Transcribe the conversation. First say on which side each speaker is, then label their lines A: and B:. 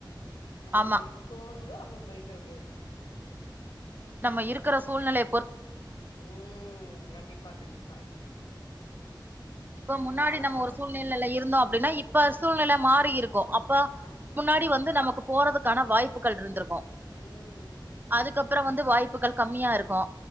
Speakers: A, on the left; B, on the right.
A: நம்பளுக்கு
B: ஆமா
A: எப்ப தோணுதோ அப்ப போய்க்க வேண்டியதான்
B: நம்ம இருக்கிற சூழ்நிலை
A: ம் கண்டிப்பா கண்டிப்பா
B: இப்ப முன்னாடி
A: வியாழக்கிழம
B: நம்ம ஒரு சூழ்நிலல இருந்தோ அப்டின்னா இப்ப சூழ்நில மாறி இருக் கோ அப்ப
A: ஆமா.
B: முன்னாடி வந்து நமக்கு போறதுக்கான வாய்ப்புகள் ருந்திருக் கு
A: ம்.
B: அதுக்கப்புற வந்து வாய்ப்புகள் கம்மியா இருக்கு